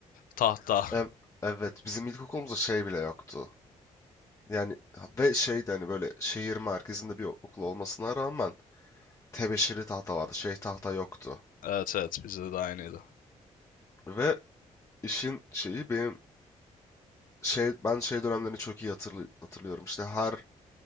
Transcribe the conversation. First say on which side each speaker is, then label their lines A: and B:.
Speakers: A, on the left; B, on the left.
A: tahta. <laughs>
B: Ev- evet bizim ilkokulumuzda şey bile yoktu. Yani ha- ve şeydi hani böyle şehir merkezinde bir okul olmasına rağmen tebeşirli tahta vardı. Şey tahta yoktu.
A: Evet evet bizde de aynıydı.
B: Ve işin şeyi benim şey ben şey dönemlerini çok iyi hatırlı- hatırlıyorum. İşte her